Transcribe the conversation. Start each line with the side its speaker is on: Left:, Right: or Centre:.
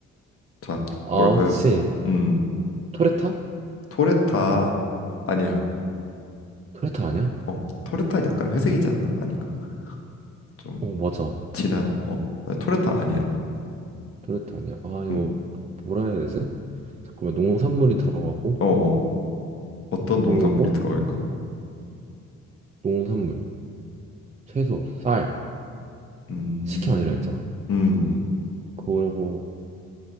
Left: 자,
Right: 아,
Left: 뭘까요?
Right: 혹시
Left: 음,
Right: 토레타?
Left: 토레타 아니야.
Right: 토레타 아니야?
Left: 어, 토르타 약간 회색이지
Right: 잠-
Left: 않나? 아닌가? 좀
Right: 어, 맞아.
Left: 진한, 어, 아, 토르타 아니야.
Right: 토레타 아니야. 아, 이거
Left: 음,
Right: 뭐라 해야 되지? 잠깐만, 농산물이 들어가고,
Left: 어, 어. 어떤
Right: 그러고,
Left: 농산물이 들어갈까?
Right: 농산물, 채소, 쌀.
Left: 음,
Right: 식혜 아니라 했잖아.
Left: 음,
Right: 그러고